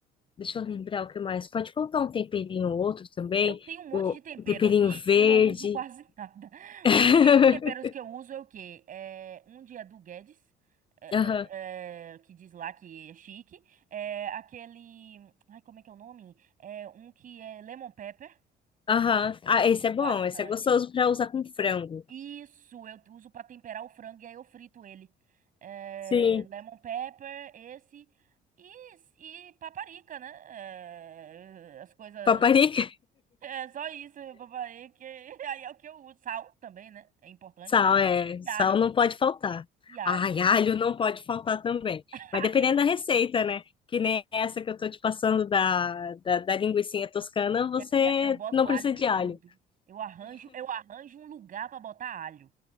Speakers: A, on the left; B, on the right.
A: Deixa eu lembrar o que mais. Pode colocar um temperinho ou outro também,
B: Eu tenho um monte
A: o
B: de tempero
A: um temperinho
B: aqui
A: verde.
B: e não uso quase nada. <laughs>
A: <laughs>
B: Os únicos temperos que eu uso é o quê? É, um dia é do Guedes, é,
A: Aham,
B: é, é, que diz lá que é chique. É, aquele. Ai, como é que é o nome? É um que é lemon pepper.
A: aham. Ah,
B: Eu uso
A: esse
B: bastante.
A: é bom, esse é gostoso para usar com frango.
B: Isso, eu uso para temperar o frango e aí eu frito ele. É,
A: Sim,
B: lemon pepper, esse e, e paparica, né? É, as coisas.
A: paparica,
B: É só isso, paparica. <laughs> E aí é o que eu uso. Sal também, né? É importante.
A: sal, é,
B: E
A: sal
B: alho.
A: não pode faltar.
B: E alho.
A: Ai, alho não pode faltar também.
B: <laughs> Alho.
A: Mas dependendo da receita, né? Que nem essa que eu tô te passando da, da, da linguicinha toscana, você
B: Minha filha, eu boto
A: não precisa
B: alho
A: de
B: em tudo.
A: alho.
B: Eu arranjo, eu arranjo um lugar para botar alho.